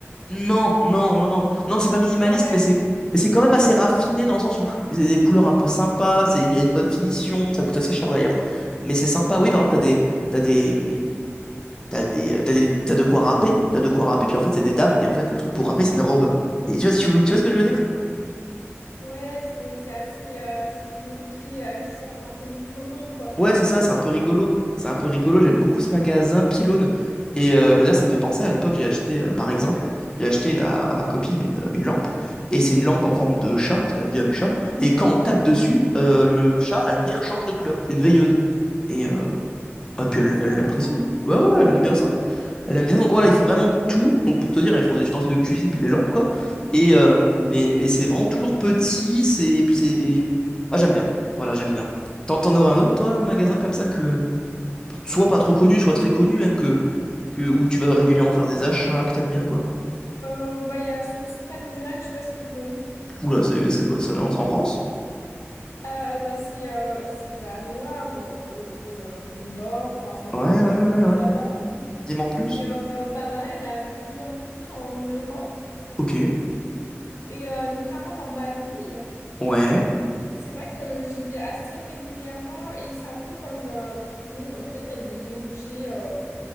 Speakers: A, on the left; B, on the left.
A: Non, non, non, non, non, c'est pas minimaliste,
B: c'est l'inverse.
A: mais c'est, mais c'est quand même assez raffiné dans le sens où il y a des couleurs un peu sympas, c'est, il y a une bonne finition, ça coûte assez cher d'ailleurs, mais c'est sympa. Oui, par exemple, t'as des, t'as des, mm, t'as des, euh, t'as des, t'as de quoi râper, t'as de quoi râper, puis en fait c'est des dames, et en fait le truc pour râper c'est une robe. Et tu vois, tu, tu vois ce que je veux dire?
B: Ouais, c'est c'est assez. euh, c'est des objets euh, qui sortent un peu du commun, quoi.
A: Ouais, c'est ça, c'est un peu rigolo. C'est un peu rigolo, j'aime beaucoup ce magasin Pylône. Et euh, bah, d'ailleurs, ça me fait penser, à l'époque, j'ai acheté, euh, par exemple, j'ai acheté une- à, à ma copine une, une lampe, et c'est une lampe en forme de chat, parce qu'elle aime bien les chats, et quand on tape dessus, euh, le chat, la lumière change de couleur. C'est une veilleuse. Et, euh, ah, puis elle
B: Ah, c'est
A: elle
B: amusant.
A: l'apprécie, hein. Ouais, ouais, elle aime bien ça. Elle aime bien. ça. Donc voilà, ils font vraiment tout. Donc pour te dire, ils font des ustensiles de cuisine, puis des lampes, quoi. Et, euh, mais, mais c'est vraiment toujours petit, c'est, puis c'est... Ah, j'aime bien. Voilà, j'aime bien. T'en t'en aurais un autre, toi, magasin comme ça que soit pas trop connu, soit très connu même, que, que, où tu vas régulièrement faire des achats que t'aimes bien, quoi.
B: Euh, bah, il y a Sostengren, je sais pas si tu connais.
A: Oula, c'est c'est quoi, ça c'est en France?
B: Euh, bah, c'est euh, c'est danois ou, euh, ou, euh, du Nord. Enfin, ça vient
A: Ouais, ouais,
B: euh, de
A: ouais, ouais,
B: là-bas.
A: ouais. ouais. Dis-moi en plus.
B: Et euh, bah, maintenant, il y en a plus en plus en Europe.
A: Ok.
B: Et euh, notamment dans ma ville.
A: Ouais.
B: Et c'est vrai que j'y vais assez régulièrement et c'est un peu comme euh, Pilone. En fait, il y a des objets euh,